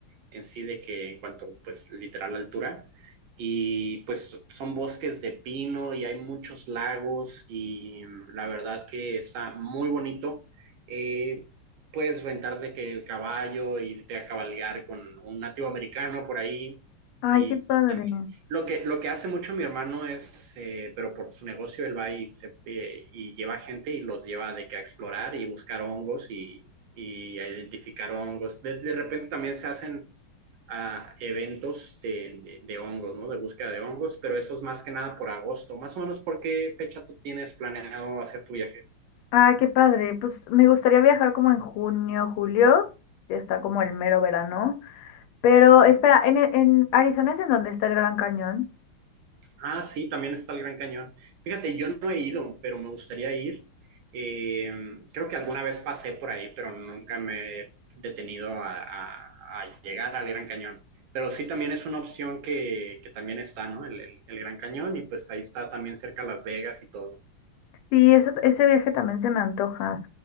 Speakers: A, on the right (about 75°); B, on the left (about 80°).
A: en sí de que en cuanto, pues, literal altura. Y pues son bosques de pino y hay muchos lagos y la verdad que está muy bonito. Eh, puedes rentar de que caballo, irte a cabalgar con un nativo americano por ahí.
B: Ay,
A: Y,
B: qué padre.
A: y también lo que, lo que hace mucho mi hermano es, eh, pero por su negocio, él va y, se, eh, y lleva gente y los lleva de que a explorar y buscar hongos y, y a identificar hongos. De, de repente también se hacen a eventos de, de, de hongos, ¿no? De búsqueda de hongos, pero eso es más que nada por agosto. Más o menos, ¿por qué fecha tú tienes planeado hacer tu viaje?
B: Ah, qué padre. Pues me gustaría viajar como en junio, julio, que está como el mero verano. Pero
A: Ujú.
B: espera, en, e- en Arizona es en donde está el Gran Cañón.
A: Ah, sí, también está el Gran Cañón. Fíjate, yo no he ido, pero me gustaría ir. Eh, creo que alguna vez pasé por ahí, pero nunca me he detenido a, a- a llegar al Gran Cañón. Pero sí también es una opción que, que también está, ¿no? El, el- el Gran Cañón y pues ahí está también cerca Las Vegas y todo.
B: Sí, ese, ese viaje también se me antoja.